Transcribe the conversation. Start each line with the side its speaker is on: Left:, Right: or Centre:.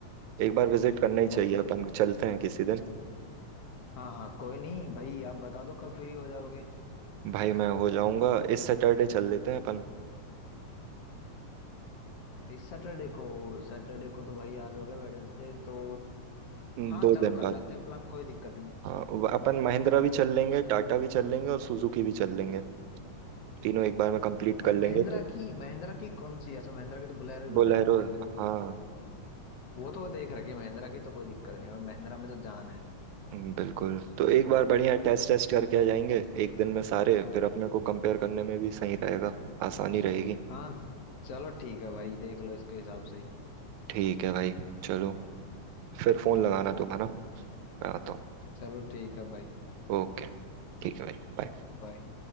Right: एक बार विजिट करना ही चाहिए
Left: और
Right: अपन चलते हैं किसी दिन
Left: हाँ हाँ कोई नहीं भाई आप बता दो कब फ्री हो जाओगे
Right: भाई मैं हो जाऊंगा इस सैटरडे चल लेते हैं अपन
Left: इस सैटरडे को सैटरडे को तो भाई आज हो गया वेडनेसडे तो
Right: हम्म,
Left: हाँ
Right: दो
Left: चलो
Right: दिन
Left: कर
Right: बाद
Left: लेते हैं प्लान कोई दिक्कत नहीं
Right: हाँ व- अपन महिंद्रा भी चल लेंगे टाटा भी चल लेंगे और सुजुकी भी चल लेंगे तीनों एक बार में कंप्लीट कर
Left: अब
Right: लेंगे
Left: महिंद्रा
Right: तो
Left: की महिंद्रा की कौन सी अच्छा महिंद्रा की तो बोलेरो ही
Right: बोलेरो
Left: बताई मैंने खुद नहीं
Right: हाँ
Left: वो तो देख रखी है महिंद्रा की तो कोई दिक्कत नहीं है महिंद्रा में तो जान है
Right: हम्म, बिल्कुल तो एक बार बढ़िया टेस्ट टेस्ट करके आ जाएंगे एक दिन में सारे फिर अपने को कंपेयर करने में भी सही रहेगा आसानी रहेगी
Left: हाँ चलो ठीक है भाई देख लो इसके हिसाब से ही
Right: ठीक है भाई चलो फिर फोन लगाना तुम है ना मैं आता हूँ
Left: चलो ठीक है भाई
Right: ओके ठीक है भाई bye।
Left: बाय